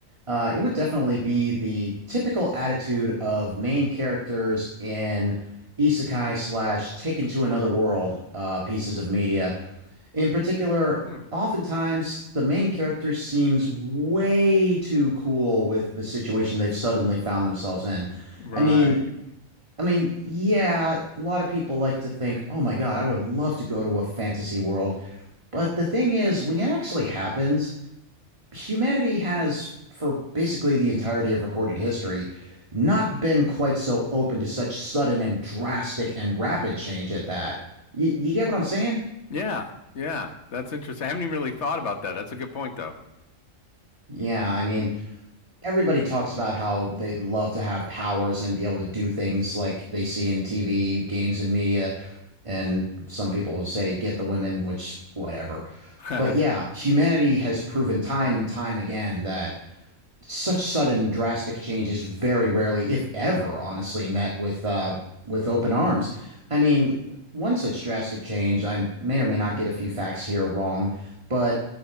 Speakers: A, on the right; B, on the left.
A: uh, it would definitely be the typical attitude of main characters in isekai slash taken to another world uh, pieces of media. In particular,
B: Hmm.
A: oftentimes the main character seems way too cool with the situation they've suddenly found themselves in.
B: Right.
A: I mean, I mean, yeah, a lot of people like to think, "Oh my God, I would love to go to a fantasy world." But the thing is, when it actually happens, humanity has, for basically the entirety of recorded history, not been quite so open to such sudden and drastic and rapid change at that. You, you get what I'm saying?
B: Yeah. Yeah. That's interesting. I haven't even really thought about that. That's a good point though.
A: Yeah, I mean, everybody talks about how they'd love to have powers and be able to do things like they see in TV, games, and media. And some people would say, get the women, which, whatever.
B: <laughs>
A: But yeah, humanity has proven time and time again that such sudden, drastic change is very rarely, if ever, honestly, met with, uh, with open arms. I mean, one such drastic change, I may or may not get a few facts here wrong, but